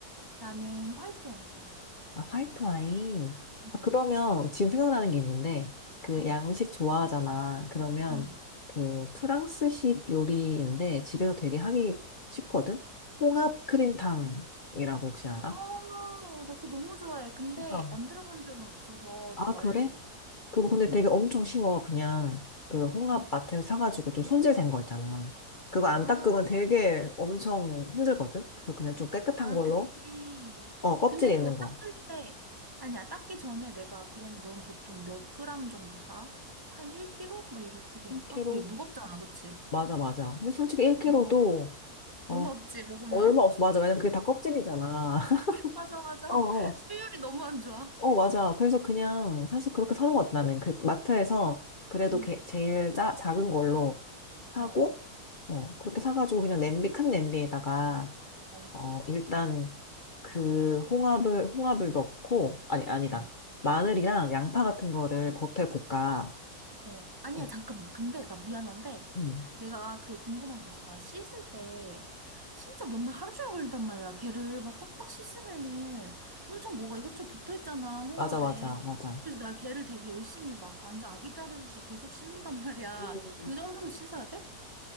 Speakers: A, on the right; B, on the left.
A: 나는 화이트 와인 좋아해.
B: 아, 화이트 와인.
A: 음,
B: 아, 그러면 지금 생각나는 게 있는데 그
A: 어,
B: 양식 좋아하잖아. 그러면
A: 음,
B: 그 프랑스식 요리인데 집에서 되게 하기 쉽거든? 홍합 크림탕이라고
A: 어, 뭔데?
B: 혹시 알아?
A: 어, 나 그거 너무 좋아해. 근데
B: 홍합.
A: 만들어 본 적은 없어서
B: 아,
A: 너가
B: 그래?
A: 알려줘.
B: 그거
A: 음,
B: 근데 되게 엄청 쉬워. 그냥 그 홍합
A: 음.
B: 마트에서 사가지고 좀 손질된 거 있잖아. 그거 안
A: 아,
B: 닦으면 되게 엄청 힘들거든? 그래서 그냥 좀 깨끗한
A: 아,
B: 걸로.
A: 그치.
B: 어, 껍질
A: 근데
B: 있는
A: 그거 닦을
B: 거.
A: 때, 아니야, 닦기 전에 내가, 그러면 넌 보통 몇 그램 정도 사? 한 1kg? 막 이렇게 될까?
B: 1kg?
A: 그게 무겁잖아, 그치?
B: 맞아, 맞아. 근데 솔직히 1kg도,
A: 어,
B: 어,
A: 얼마 없지, 먹으면.
B: 얼마 없어. 맞아. 왜냐면 그게 다 껍질이잖아. <laughs>
A: <laughs> 맞아, 맞아.
B: 어, 어,
A: 수율이 너무 안 좋아.
B: 어, 맞아. 그래서 그냥 사실 그렇게 사는 것 같아. 나는 그 마트에서 그래도
A: 응,
B: 게- 제일 짜, 작은 걸로 사고,
A: 어,
B: 어, 그렇게 사가지고 그냥 냄비, 큰 냄비에다가
A: 어,
B: 어, 일단 그 홍합을 홍합을 넣고 아니 아니다.
A: 어.
B: 마늘이랑 양파 같은 거를 겉에 볶아.
A: 어, 아니야,
B: 어,
A: 잠깐만. 근데 나 미안한데, 응.
B: 음.
A: 내가 그 궁금한 게 있어. 나 씻을 때, 진짜 맨날 하루 종일 걸린단 말이야. 걔를 막 빡빡 씻으면은 엄청 뭐가 이것저것 붙어 있잖아, 홍합에.
B: 맞아 맞아 맞아.
A: 그래서 나 걔를 되게 열심히 막 완전 아기 다루듯이 계속 씻는단 <laughs> 말이야.
B: 음.
A: 그 정도로 씻어야 돼?